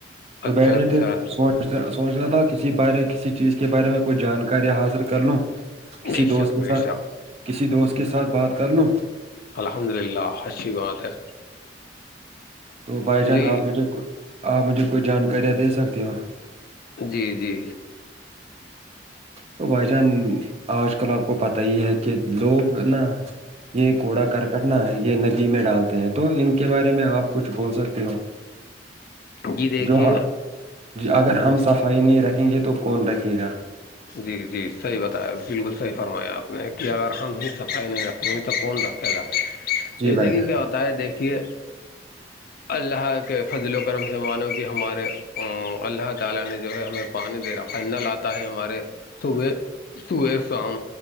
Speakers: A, on the right; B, on the left.
A: تو
B: اچھا
A: بیٹھے
B: اچھا
A: تھے سوچ سوچنا تھا کسی بارے کسی چیز کے بارے میں کوئی جانکاریں حاصل کر لوں کسی
B: بے
A: دوست
B: شک
A: کے
B: بے
A: ساتھ
B: شک
A: کسی دوست کے ساتھ بات کر لو
B: الحمد للہ اچھی بات ہے
A: تو بائی جان
B: جی
A: آپ مجھے آپ مجھے کوئی جانکاریاں دے سکتے ہو
B: جی جی
A: تو بھائی جان آج کل آپ کو پتا ہی ہے کہ لوگ نا یہ کوڑا کرکٹنا ہے یہ ندی میں ڈالتے ہیں تو ان کے بارے میں آپ کچھ بول سکتے ہو
B: جی دیکھیے
A: جو اگر ہم
B: جی
A: صفائی نہیں رکھیں گے تو کون رکھے گا
B: جی جی صحیح بتایا بالکل صحیح فرمایا آپ نے کیاگار ہم ہی صفائی نہیں رکھیں گے تو کون رکھے گا
A: جی
B: جیسے
A: بھائی
B: کہ
A: جان
B: کیا ہوتا ہے دیکھیے اللہ کے فضل و کرم سے مانو کہ ہمارے اللہ تعالی نے جو ہے ہمیں پانی دے رہاا لاتا ہے ہمارے صبح صبح شام